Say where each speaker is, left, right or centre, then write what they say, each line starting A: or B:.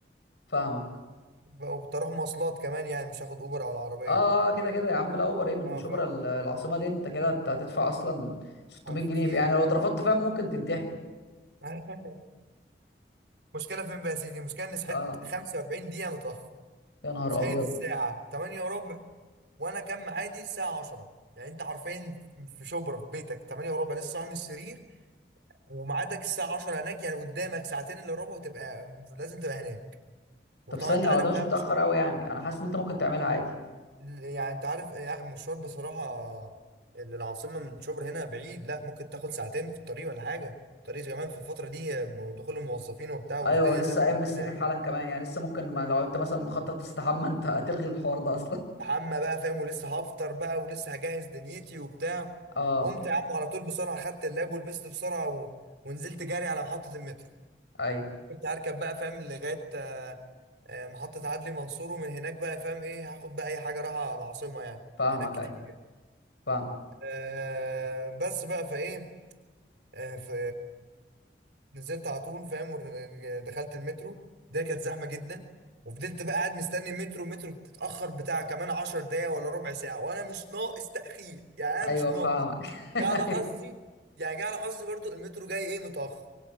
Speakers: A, on the left (about 85°); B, on the right (about 75°).
A: فاهمك
B: بقى- وكنت اروح مواصلات كمان يعني مش هاخد اوبر او العربيه
A: اه اه آه، كده كده يا عم لا اوبر ايه من
B: اه
A: شبرا
B: فاهم
A: ال- العاصمه دي انت كده هت- هتدفع اصلا 600
B: عارف
A: جنيه
B: كتير
A: في يعني لو اترفضت فاهم ممكن تنتحر
B: <laughs> مشكله فين بقى يا سيدي المشكله اني صحيت
A: اه
B: 45 دقيقه متاخر
A: يا نهار
B: صحيت
A: ابيض
B: الساعه 8 وربع وانا كان ميعادي الساعه 10 يعني انت حرفيا في شبرا في بيتك 8 وربع لسه صاحي من السرير وميعادك الساعه 10 هناك يعني قدامك ساعتين الا ربع وتبقى لازم تبقى هناك وطبعا
A: طب ثانيه
B: انت عارف
A: هو ده مش
B: بقى
A: متاخر قوي يعني انا حاسس ان انت ممكن تعملها عادي
B: يعني انت عارف يعني المشوار بصراحة العاصمة من شبرا هنا بعيد لا ممكن تاخد ساعتين في الطريق ولا حاجة الطريق كمان في الفترة دي دخول الموظفين وبتاع والدنيا
A: ايوه ولسه
B: زحمة
A: قايم من السرير
B: كده يا عم
A: حالا كمان يعني لسه ممكن ما لو انت مثلا مخطط تستحمى <laughs> انت هتلغي الحوار ده اصلا
B: حمى بقى فاهم ولسه هفطر بقى ولسه هجهز دنيتي وبتاع
A: اه
B: قمت يا عم على طول بسرعة خدت اللاب ولبست بسرعة و... ونزلت جري على محطة المترو
A: ايوه
B: كنت هركب بقى فاهم لغاية آه، آه، محطة عدلي منصور ومن هناك بقى فاهم ايه هاخد بقى أي حاجة رايحة العاصمة يعني
A: فاهمك
B: في هناك كتير
A: ايوه فاهم
B: آه بس بقى فايه آه، ف نزلت على طول فاهم ور- دخلت المترو ده كانت زحمه جدا وفضلت بقى قاعد مستني المترو المترو بتتاخر بتاع كمان 10 دقايق ولا ربع ساعه وانا مش ناقص تاخير يعني انا
A: ايوه
B: مش ناقص
A: فاهمك <laughs> ايوه
B: جه على حظي يعني جه على حظي برضو المترو جاي ايه متاخر